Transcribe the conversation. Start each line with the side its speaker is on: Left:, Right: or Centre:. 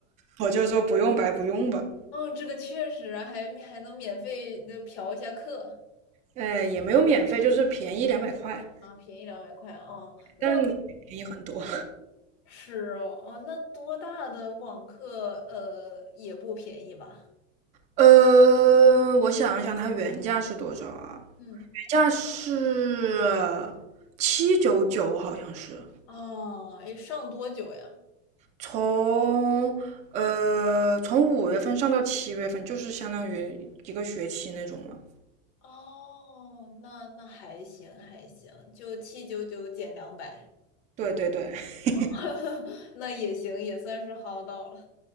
Right: 我就说不用白不用吧，
Left: 哦，这个确实啊还还能免费那嫖一下课
Right: 呃，也没有免费，就是便宜两百块，
Left: 啊，便宜两百块哦，那
Right: 但便宜很多。
Left: 是哦，哦，那多大的网课呃也不便宜吧？
Right: 呃，我想一想，它原价是多少啊？
Left: 嗯，
Right: 原价是七九九，好像是。
Left: 哦，诶，上多久呀？
Right: 从呃从五月份上到七月份，就是相当于一个学期那种嘛。
Left: 哦，那那还行还行，就七九九减两百，
Right: 对对对 <laughs>
Left: <laughs> 那也行，也算是薅到了。